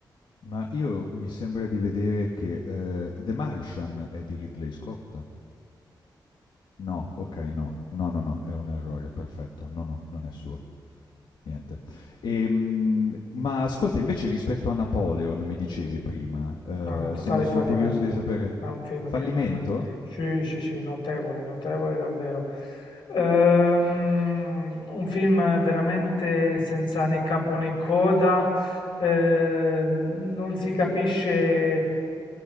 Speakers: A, on the left (about 75°); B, on the left (about 90°).
A: Ma io mi sembra di vedere che, ehm, The Martian è di Ridley Scott? No, okay, no. No, no, no, è un errore, perfetto. No, no, non è suo. Niente. Ehm, ma ascolta, invece rispetto a Napoleon mi dicevi prima, ehm,
B: Ah, totale
A: sono solo
B: fallimento.
A: curioso di sapere
B: È un film
A: fallimento?
B: che non... Sì, sì, sì, notevole, notevole davvero. Ehm, un film veramente senza né capo né coda. ehm, non si capisce